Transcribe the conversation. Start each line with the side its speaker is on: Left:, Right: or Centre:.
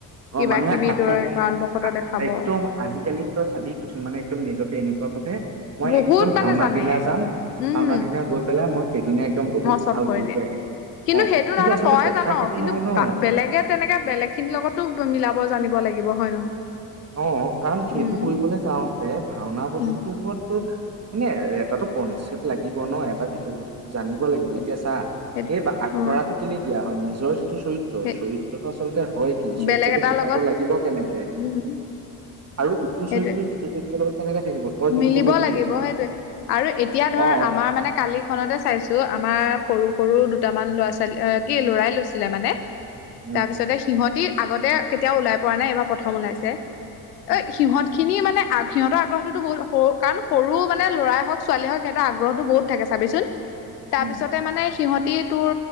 Left: কিবা
Right: অ, মানুহে
Left: কিবি
Right: আখৰ
Left: তই কাৰণবশতঃ দেখাব
Right: একদম
Left: অ
Right: আজিকালি তই চাবি কিছুমানে একদম নিজকে এনেকুৱা ভাৱে মই
Left: বহুত
Right: একদম
Left: মানে
Right: ভাওনা
Left: জানে
Right: দিনা যাম
Left: উম
Right: ভাওনা দিনা গৈ পেলাই মই সেইদিনা একদম বহুত
Left: মই চব
Right: ভাল কৰি
Left: দিম
Right: থৈ আহিম।
Left: কিন্তু
Right: অ
Left: সেইটো নহয় ন,
Right: আচলতে
Left: তই
Right: কথা
Left: জান
Right: সেইটো
Left: কিন্তু
Right: নহয় ন
Left: বা বেলেগে তেনেকে বেলেগ খিনিৰ লগত মিলাব জানিব লাগিব হয় নহয়।
Right: অ, কাৰণ সেইটো
Left: উম
Right: কৰিবলৈ যাওঁতে ভাওনা বস্তুটোৰ
Left: উম
Right: ওপৰত তোৰ মানে এটাতো কনচেপ্ট লাগিব ন এটা বিষয়বস্তু জানিব লাগিব,
Left: সেইটো
Right: এতিয়া চা
Left: সেইটো
Right: এই আখৰাটো
Left: অ
Right: কেলে দিয়া হয় নিজৰ যি টো চৰিত্ৰ,
Left: সেই
Right: চৰিত্ৰটো আচলতে হয় কি চৰিত্ৰটো
Left: বেলেগ এটাৰ
Right: ফুটাব
Left: লগত
Right: লাগিব কেনেকে
Left: উম
Right: আৰু ইটো
Left: সেইটোৱে
Right: চৰিত্ৰই সিটো চৰিত্ৰৰ লগত কেনেকে থাকিব তই যিটো
Left: মিলিব
Right: কব খুজি
Left: লাগিব
Right: আছ মানে
Left: সেইটোৱে, আৰু এতিয়া ধৰ
Right: অ
Left: আমাৰ মানে কালিৰখনতে চাইছো আমাৰ সৰু সৰু দুটামান ল'ৰা ছোৱালী অ' কি লৰাই লৈছিলে মানে
Right: উম
Left: তাৰ পিছতে সিহঁতি আগতে কেতিয়াও ওলাই পোৱা নাই এইবাৰ প্ৰথম ওলাইছে।
Right: উম
Left: অ' সিহঁতখিনি মানে আগ সিহঁতৰ আগ্ৰহ তোটো বহুত সৰু কাৰণ সৰু মানে ল'ৰাই হওঁক ছোৱালী হওঁক সিহঁতৰ আগ্ৰহটো বহুত থাকে চাবিচোন। তাৰপিছতে
Right: উম
Left: মানে সিহঁতি তোৰ